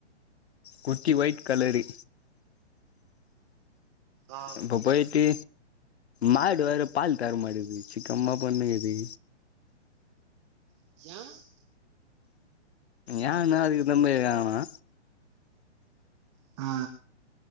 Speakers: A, on the left; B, on the right.
A: குட்டி ஒய்ட் கலரு
B: ஆ
A: இப்போ போய்ட்டு மாடு வேற பால் தர மாடுது சிக்கமா பண்ணுகுது
B: <unintelligible>
A: ஏன்னா அது தாபோய் ஆகணு
B: ஆ